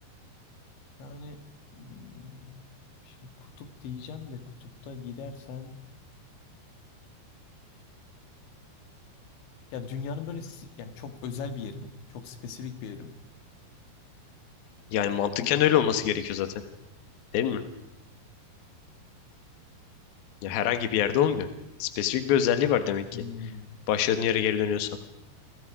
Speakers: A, on the left (about 80°); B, on the left (about 65°).
A: Yani hmm, şimdi kutup diyeceğim de kutupta gidersen ya dünyanın böyle s- yani çok özel bir yeri mi? Çok spesifik bir yeri mi?
B: Yani mantıken öyle olması gerekiyor zaten. Değil mi? Ya herhangi bir yerde olmuyor. Spesifik bir özelliği var demek ki.
A: Hmm,
B: Başladığın yere geri dönüyorsan.